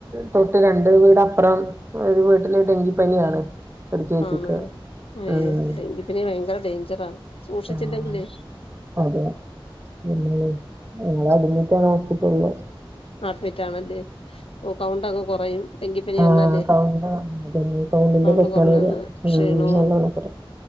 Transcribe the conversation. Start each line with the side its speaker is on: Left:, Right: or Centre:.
Right: തൊട്ട് രണ്ട് വീടപ്രം ഒരു വീട്ടില് ഡെങ്കിപ്പനിയാണ് ഒരു ചേച്ചിക്ക്
Left: ആണോ അയ്യോ
Right: ഉം
Left: ഡെങ്കിപ്പനി ഭയങ്കര ഡെയ്ഞ്ചറാ സൂക്ഷിച്ചില്ലെങ്കിലേ
Right: ആഹ് അതെ ഉം എല്ലാ <unintelligible>
Left: <unintelligible> ആണല്ലേ. ഓഹ് കൗണ്ടക്കെ കൊറയും. ഡങ്കിപ്പനി
Right: ആഹ്
Left: വന്നാലേ.
Right: കൗണ്ട് വന്നത് പിന്നെ കൗണ്ടിന്റെ
Left: കൗണ്ട്
Right: പ്രശ്നാണ്
Left: കൊറഞ്ഞങ്ങ്
Right: വരിക ഉം
Left: ക്ഷീണവും
Right: നല്ലോണം കുറയും